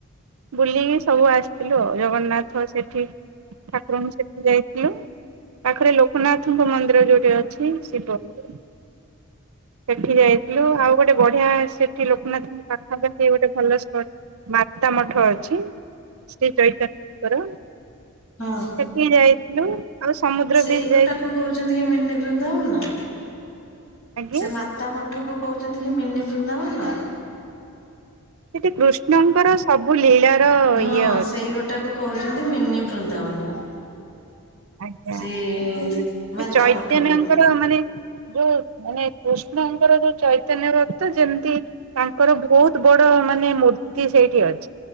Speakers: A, on the right; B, on the left.
A: ବୁଲିିକି ସବୁ ଆସ ଥିଲୁ ଆ ଜଗନ୍ନାଥ ସେଠି ଠାକୁରଙ୍କୁ ସେଠି ଯାଇଥିଲୁ ପାଖରେ ଲୋକନାଥ ଙ୍କ ମନ୍ଦିର ଯୋଉଠି ଅଛି ଶିବ ମ ସେଠି ଯାଇଥିଲୁ ଆଉ ଗୋଟେ ବଢିଆ ସେଠି ଲୋକନାଥଙ୍କ ପାଖାପାଖି ଗୋଟେ ଭଲ ସ୍ପଟ ମାତା ମଠ ଅଛି ଶ୍ରୀ ଚୈଚନ୍ୟ୍ରଙ୍କର
B: ହଁ
A: ସେଠି ଯାଇଥିଲୁ ଆଉ ସମୁଦ୍ର
B: ସେଇ
A: ବି
B: ଗୋଟାକୁ
A: ଯାଇ
B: କହୁଛନ୍ତି କି ମିନି ବୃନ୍ଦାବନ।
A: ଆଜ୍ଞା
B: ସେ ମାତା ମ ଆଠକୁ କହୁଛନ୍ତି କି ମିନି ବୃନ୍ଦାବନ।
A: ସେଠି କୃଷ୍ଣଙ୍କର ସବୁ ଲୀଳାର
B: ହଁ
A: ଇଏ ଅଛି।
B: ସେଇ ଗୋଟାକୁ କହୁଛନ୍ତି ମିନି ବୃନ୍ଦାବନ।
A: ଆଜ୍ଞା
B: ସିଏ
A: ମାନେ ସେ
B: ମାତା
A: ଚୈତନ୍ୟଙ୍କର
B: ମୁଠକୁ
A: ମାନେ ଯୋଉ ମାନେ କୃଷ୍ଣଙ୍କର ଯୋଉ ଚୈତନ୍ୟ ଭକ୍ତ ଯେମିତି ତାଙ୍କର ବହୁତ ବଡ ମାନେ ମୂର୍ତ୍ତି ସେଇଠି ଅଛି।